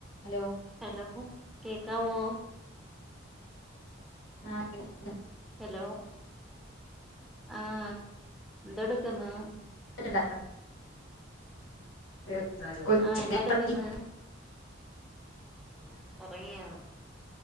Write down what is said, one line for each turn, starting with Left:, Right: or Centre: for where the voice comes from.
Left: Hello
Centre: hello കേക്കാവോ
Left: ആ കേൾക്ക
Centre: ഹലോ ആ എന്തെട്ക്ക്ന്ന്
Left: <unintelligible> <inaudible>
Centre: ആഹ് എന്തെടുക്കുന്നു ഉറങ്ങിയോ